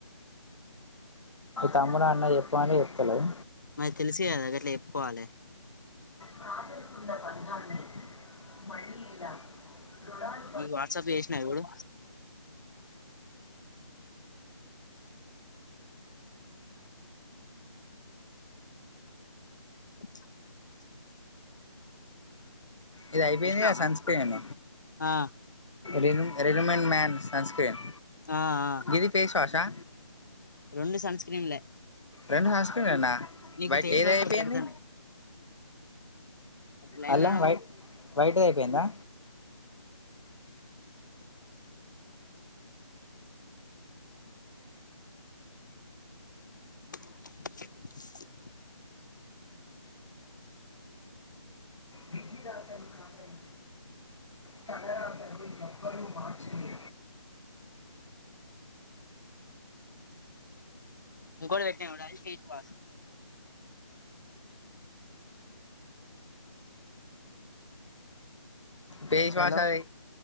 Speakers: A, on the left; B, on the left.
A: తమ్ముడా అన్న చెప్పమంటే జెప్తలేవు
B: మరి తెలిసి కదా అదెట్ల చెప్పుకోవాలి
A: ప్రజలకున్న బంధాన్ని మళ్ళి ఇలా <unintelligible> దొర <unintelligible>
B: నీకు వాట్సాప్ చేసినా చూడు <inaudible>
A: ఇది అయిపోయింది
B: చూసినావా
A: కదా సన్ స్క్రీన్
B: ఆ
A: రిదం రిదమన్ మ్యాన్ సన్ స్క్రీన్
B: ఆ ఆ
A: ఇది ఫేస్ వాష్ ఆ
B: రెండు సన్ స్క్రీన్లే
A: రెండు సన్ స్క్రీన్లేనా
B: నీకు
A: వైట్
B: ఫేస్
A: ఏది
B: వాష్
A: అయిపోయింది
B: ఒకటి పెడతాన లైన్
A: అలా
B: లోనే ఉండు
A: వైట్ వైట్ది అయిపోయిందా
B: <inaudible>
A: విజదాసన్ కావన్ తలరాతను ఎక్కరూ మార్చలే
B: ఇంకోటి పెట్టినా చూడు అది face wash
A: face
B: hello
A: wash అది